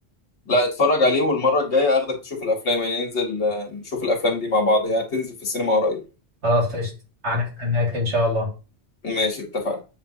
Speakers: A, on the left; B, on the right.
A: لا اتفرج عليه والمره الجايه اخدك تشوف الافلام يعني ننزل آه، نشوف الافلام دي مع بعض هي يعني هتنزل في السينما قريب
B: خلاص قشطة هنستناك إن شاء الله
A: ماشي اتفقنا